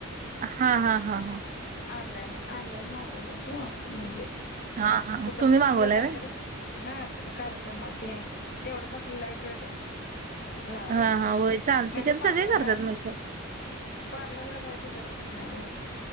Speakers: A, on the right; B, on the left.
A: हां -हां -हां- हां
B: ऑनलाईन.. ऑनलाईन मागवलंत हो, म्हणजे
A: हा हा
B: कुठं
A: तुम्ही
B: तर
A: मागवलाय
B: आपलं कायतर
A: व्हय?
B: हा कार्यक्रमात तेन, तेवढंच आपलं लाईट वेट लावायला,
A: हा हा होय चालते
B: म्हणजे
A: की सगळे
B: पार्लरला
A: करतात मेकअप
B: पार्लरला जायची गरजच नाही हो.